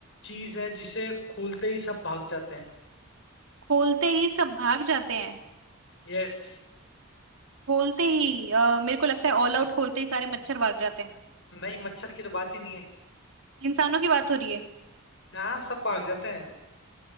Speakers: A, on the left; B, on the right.
A: चीज है जिसे खोलते ही सब भाग जाते हैं
B: खोलते ही सब भाग जाते हैं
A: यस
B: खोलते ही अ, मेरे को लगता है ऑल
A: हम्म
B: आउट खोलते ही सारे मच्छर भाग जाते हैं
A: नहीं मच्छर की तो बात ही नहीं है
B: इंसानों की बात हो रही है
A: हाँ सब भाग जाते हैं